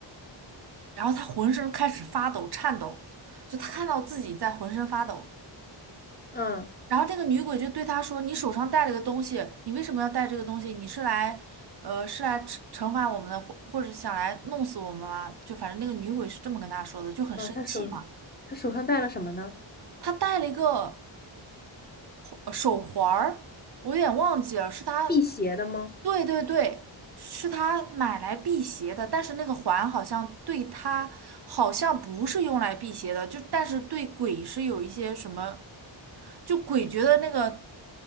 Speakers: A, on the right (about 55°); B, on the left (about 20°).
A: 然后他浑身开始发抖、颤抖，就他看到自己在浑身发抖。
B: 嗯
A: 然后这个女鬼就对他说：“你手上带了个东西，你为什么要带这个东西？你是来，呃，是来惩惩罚我们的，或或者想来弄死我们吗？”就反正那个女鬼是这么跟他说的，就很生气嘛。
B: 嗯，他手他手上戴了什么呢？
A: 他带了一个。呃手环儿，我有点忘记了，是他，
B: 辟邪的吗？
A: 对对对，是他买来辟邪的，但是那个环好像对他好像不是用来辟邪的，就但是对鬼是有一些什么，就鬼觉得那个